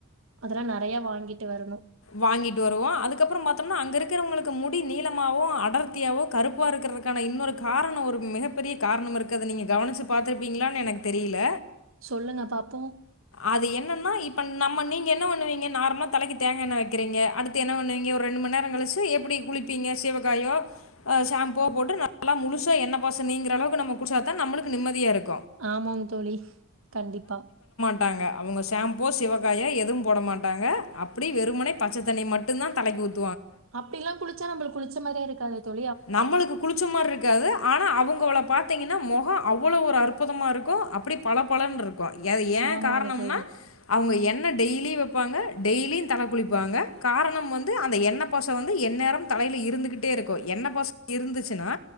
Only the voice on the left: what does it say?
வாங்கிட்டு வருவோ அதுக்கப்புறோ பாத்தம்னா அங்க இருக்கிறவங்குளுக்கு முடி நீளமாவோ அடர்த்தியாவோ கருப்பா இருக்கிறதுக்கான இன்னொரு காரணோ ஒரு மிகப்பெரிய காரணோ இருக்கறத நீங்க கவனுச்சு பாத்துருப்பீங்ளான் எனக் தெரியில
அது என்னன்னா இப்ப நம்ம நீங்க என்ன வண்ணுவீங்க நார்மலா தலைக்கு தேங்கண்ண வப் க்கிறீங்க அடுத்து என்ன வண்ணுவீங்க ஒரு ரெண்டு மண் நேரோ கழிச்சு எப்டி குளிப்பீங்க சிவக்காயோ அ ஷாம்போ போட்டு நல்லா முழுசா எண்ண பச நீங்கறவுக்கு நம்ம குச்சாதா தா நம்முளுக்கு நிம்மதியா இருக்
ட்டாங்க அவுங்க ஷாம்போ சிவக்காயா எதுவு போட மாட்டாங்க அப்புடி வெறுமன்னே தண்ணி மட்டுதா தலைக் ஊத்
நம்முளுக்கு குளிச்ச மார்ருக்காது ஆனா அவுங்கோள பாத்தீங்கினா முகோ அவுளோ ஒரு அற்புதமா இருக்கு அப்புடி பல பல பலன்ருக்கு ஏ ஏ
கார்ணம்னா
அவுங்க என்ன டெய்லி வப் பாங்க டெய்லியு தல குளிப்பாங்க காரணம் வந்து அந்த எண்ண பச வந்து எந்நேரமும் தலைல இருந்துகிட்டே இருக்கு எண்ணய் பச இருந்துச்சுன்னா